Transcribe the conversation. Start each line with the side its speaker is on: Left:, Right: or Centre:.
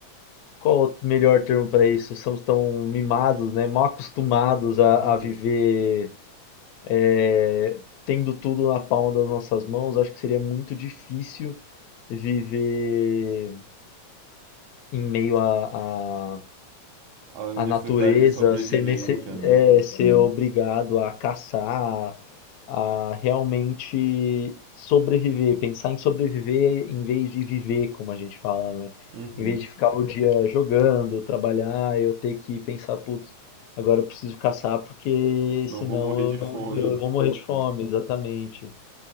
Left: qual o melhor termo pra isso? Somos tão mimados, né, mal acostumados a,
Right: <laughs>
Left: a viver é, tendo tudo na palma das nossas mãos, acho que seria muito difícil viver em meio à à-
Right: A necessidade
Left: natureza,
Right: de sobrevivência,
Left: ser, nesse,
Right: né?
Left: é, ser obrigado a caçar, a realmente sobreviver, pensar em sobreviver em vez de viver, como a gente fala, né?
Right: Uhum.
Left: Em vez de ficar o dia jogando, trabalhar, eu ter que pensar, putz, agora eu preciso caçar porque
Right: Senão
Left: senão
Right: eu vou morrer
Left: eu
Right: de
Left: não
Right: fome.
Left: eu vou morrer de fome, exatamente.